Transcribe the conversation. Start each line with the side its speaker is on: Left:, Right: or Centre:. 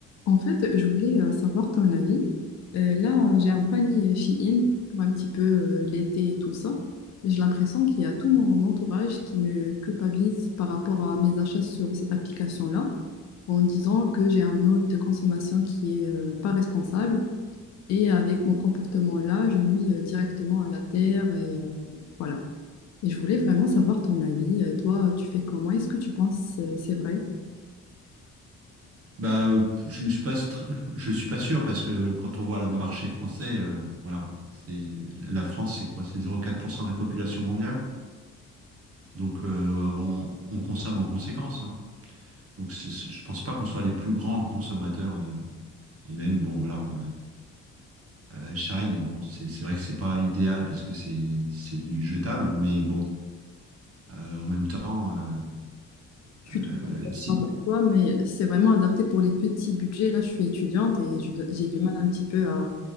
Left: En fait, je voulais euh, savoir ton avis. Euh, là, j'ai un panier Shein pour un petit peu euh, l'été et tout ça, mais j'ai l'impression qu'il y a tout mon entourage qui me culpabilise par rapport à mes achats sur cette application-là, en disant que j'ai un mode de consommation qui est euh, pas responsable et avec mon comportement-là, je nuis euh, directement à la terre et euh, voilà. Et je voulais vraiment savoir ton avis. Euh, Toi, tu fais comment? Est-ce que tu penses euh, c'est vrai?
Right: Bah, euh, je, je passe, tr- je suis pas sûr parce que quand on voit le marché français, euh, voilà, c'est la France, c'est quoi? C'est zéro virgule quatre pour cent de la population mondiale. Donc, euh, on, on consomme en conséquence. hein. Donc, c'est- c'est- je pense pas qu'on soit les plus grands consommateurs de. Et même, bon, voilà, euh, euh, Shine, bon, c'est c'est vrai que c'est pas idéal parce que c'est c'est du jetable, mais bon, euh, en même temps, euh,
Left: Je
Right: euh,
Left: suis tout à fait d'accord
Right: si.
Left: avec toi, mais c'est vraiment adapté pour les petits budgets. Là, je suis étudiante et je do- j'ai du mal un petit peu à,